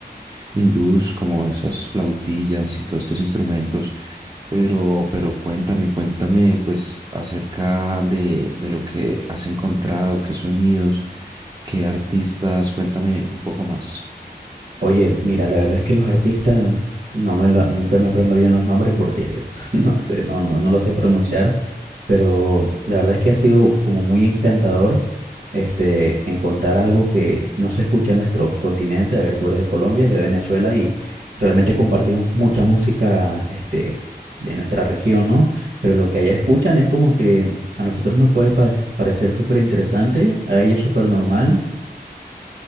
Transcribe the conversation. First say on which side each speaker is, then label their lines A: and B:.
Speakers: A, on the right; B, on the right.
A: hindús, como esas flautillas y todos estos instrumentos, pero, pero cuéntame, cuéntame pues acerca de, de lo que has encontrado, qué sonidos, qué artistas, cuéntame un poco más.
B: Oye, mira, la verdad es que los artistas, no me lo- nunca me aprendo bien los nombres porque es- <laughs> no sé, no, no, no lo sé pronunciar pero la verdad es que ha sido como muy encantador este, encontrar algo que no se escucha en nuestro continente. A ver, tú eres de Colombia, yo de Venezuela y realmente compartimos mucha música este, de nuestra región, ¿no? Pero lo que allá escuchan es como que a nosotros nos puede pa- parecer súper interesante, a ella súper normal.